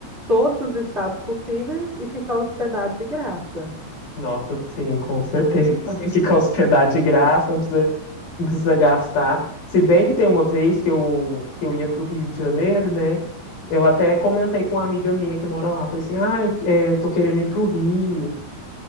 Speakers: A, on the right (about 15°); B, on the left (about 60°).
A: todos os estados possíveis e ficar hospedado de graça.
B: Nossa, sim, com certeza. <laughs> Ficar hospedado de graça, não precisa, não precisa gastar. Se bem que tem uma vez que eu, que eu ia para o Rio de Janeiro, né? Eu até comentei com uma amiga minha que mora lá. Falei assim, ai, ah, tô querendo ir para o Rio.